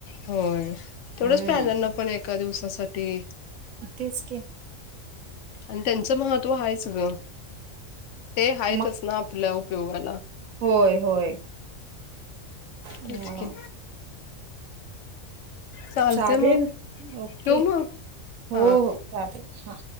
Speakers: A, on the left (about 70°); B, on the right (about 85°).
A: होय तेवढंच
B: हम्म
A: प्राण्यांना पण एका दिवसासाठी
B: इथेच की.
A: आणि त्यांचं महत्व हायच ग ते हायतच
B: मग
A: ना आपल्या उपयोगाला.
B: होय होय. म.
A: तेच की चालतंय
B: चालेल
A: मग
B: ओके
A: ठेवू मग
B: हो
A: हा
B: हो चालेल हा.